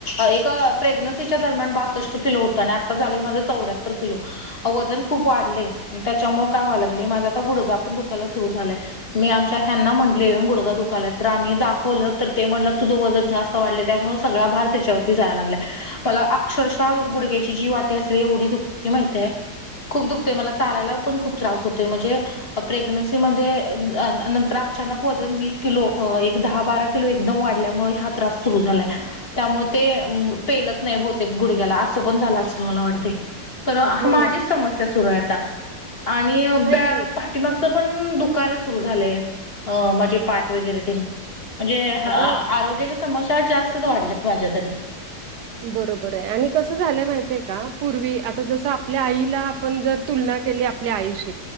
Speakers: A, on the left; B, on the right.
A: एक प्रेग्न्सीच्या दरम्यान बासष्ट किलो होतं आणि आता झाले माझं चौऱ्या किलो वजन खूप वाढलेय त्याच्यामुळे काय्हाय लागलं माझ गुडाण दुकायला सुरु झालाय मी आमच्या ह्यांना म्हटले गुडगा दुकालात तर आम्ही दाखवलं तर ते म्हटलं तुझं वजन जास्त वाढले त्यामुळे सगळा भार त्याच्यावरती जायला लागला मला अक्षरशः गुडघ्याची जी वाटी असते एवढी दुखती माहतीय खूप दुखते मला चालायला पण खूप त्रास होते म्हणजे प्रेग्नन्सी मध्ये नंतर अचानक वजन वीस किलो एक दहा बारा लो एकदम वाढल्यामुळे हा त्रास सुरु झालाय त्यामुळे ते पेलत नाही बहुतेक गुडघ्याला असं पण झालं अस मला वाटत कर
B: हो
A: माझीच समस्या सुरू आहेता आणि ब
B: नाही
A: पामागच पण दुखाला सुरु झालंय अ माझे पाठ वगैरे ते म्हणजे आरोग्याच्या
B: अगं
A: समस्या जास्तच वाढल्यात माझ्या तरी
B: बरोबर आहे आणि कसं झालंय माहितीय का पूर्वी आता जस आपल्या आईला आपण जर तुलना केली आपल्या आयुष